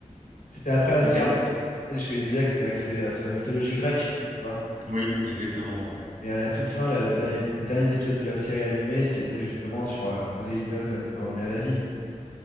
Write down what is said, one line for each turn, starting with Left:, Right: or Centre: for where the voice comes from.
Left: c'était après Asgard.
Right: Enfin, c'est.
Left: Tu sais, Les Chevaliers du Zodiaque, c'était axé euh, sur la mythologie grecque, tu vois.
Right: Oui, exactement. ouais.
Left: Et à la toute fin, le dernier, les derniers épisodes de la série animée, c'était justement sur euh, Poséidon euh, qui revenait à la vie.